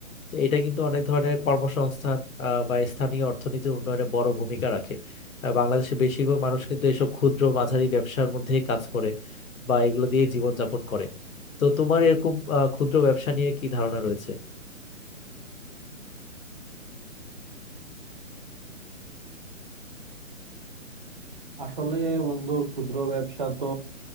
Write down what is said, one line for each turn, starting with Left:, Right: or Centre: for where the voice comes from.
Left: তো এটা কিন্তু অনেক ধরনের কর্মসংস্থান আহ, বা স্থানীয় অর্থনীতির উন্নয়নে বড় ভূমিকা রাখে আহ, বাংলাদেশের বেশিরভাগ মানুষ কিন্তু এসব ক্ষুদ্র মাঝারি ব্যবসার মধ্যেই কাজ করে বা এগুলো দিয়ে জীবনযাপন করে তো তোমার এরকম আহ, ক্ষুদ্র ব্যবসা নিয়ে কি ধারণা রয়েছে
Right: আসলে বন্ধু ক্ষুদ্র ব্যবসা তো